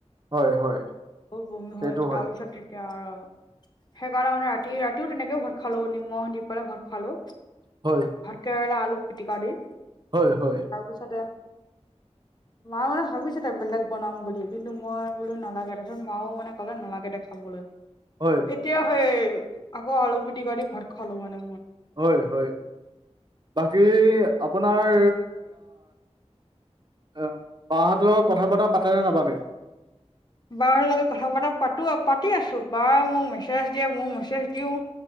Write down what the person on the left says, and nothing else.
বহুত বমি হ'ল
তাৰপিছত এতিয়া আৰু সেইকাৰণে মানে ৰাতি, ৰাতিও তেনেকে ভত খালোঁ নিমখ দি পেলাই ভত খালোঁ।
ভতকেৰেদা আলু পিটিকা দি।
তাৰপিছতে মাই মানে ভাবিছে এ বেলেগ বনাম বুলি কিন্তু মই বোলো নালাগে দে। তাৰপিছত মাও মানে ক'লে নালাগে দে দেখাবলৈ।
তেতিয়াহে আকৌ আলু পিটিকা দি ভাত খালোঁ মানে মই।
বাহঁতৰ লগত কথা পতা-পাতো-পাতি আছোঁ বাই মোক মেছেজ দিয়ে, মইয়ো মেছেজ দিওঁ।